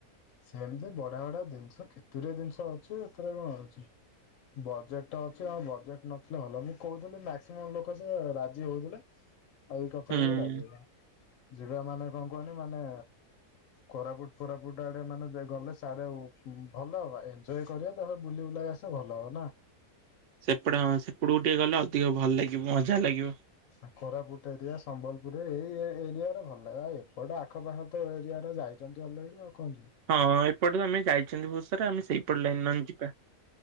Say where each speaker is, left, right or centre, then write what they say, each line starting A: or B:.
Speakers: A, on the left; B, on the right.
A: ସେମିତି ବଢା ବଢା ଜିନିଷ କେତୁରେ ଜିନିଷ ଅଛି, ଏଥିରେ କଣ ଅଛି? ବଜେଟ ଅଛି ଆ ବଜେଟ ନଥିଲେ ଭଲ, ମୁଁ କହୁଥିଲି ମାକ୍ସିମମ୍ ଲୋକ ସେ ରାଜି ହଉଥିଲେ।
B: <inaudible>
A: ଆଉ ଏଇ କଥାରେ
B: ହୁଁ
A: ବି ରାଜିହେଲା, ଯିବା ମାନେ କଣ କୁହନି ମାନେ କୋରାପୁଟ କୋରାପୁଟ ଆଡ଼େ ମାନେ ଗଲେ ସେଆଡ଼େ ଭଲ ଏଞ୍ଜୟ କରିବା ତାପରେ ବୁଲି ବୁଲାକି ଆସିବ ଭଲ ହବ ନା।
B: ସେପଟେ ହଁ ସେପଟକୁ ଟିକେ ଗଲେ ଅଧିକ ଭଲ ଲାଗିବ, ମଜା ଲାଗିବ।
A: ଆ କୋରାପୁଟ ଏରିଆ ସମ୍ବଲପୁର ଏଇ ଏରିଆରେ ଭଲ ଲାଗେ ଆଉ ଏପଟ ଆଖପାଖ ତ ଏରିଆ ରେ ଯାଇ ଚନ୍ତି ଅଲରେଡି ଆଉ କଣ ଯିବେ?
B: ହଁ ଏପଟେ ତ ଆମେ ଯାଇଛନ୍ତି ବହୁତ ସାରା ଆମେ ସେଇପଟେ ଲାଇନ୍ ନହନେ ଯିବା,